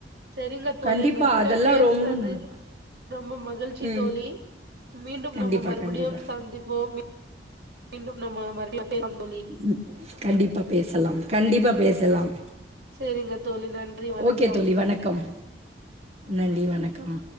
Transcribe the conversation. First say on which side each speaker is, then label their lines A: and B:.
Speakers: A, on the right; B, on the right.
A: சரிங்க தோழி
B: கண்டிப்பா
A: உங்க கிட்ட
B: அதெல்லாம்
A: பேசினது
B: ரொம்ப நல்லது
A: ரொம்ப மகிழ்ச்சி
B: ம்
A: தோழி மீண்டும்
B: கண்டிப்பா
A: நம்ம மறுபடியும்
B: கண்டிப்பா
A: சந்திப்போம் மீ மீண்டும் நம்ம மறுபடியும் பேசலாம் தோழி
B: ம் கண்டிப்பா பேசலாம் கண்டிப்பா பேசலாம்
A: செரிங்க தோழி நன்றி வணக்கம்
B: ஓகே தோழி வணக்கம் நன்றி வணக்கம்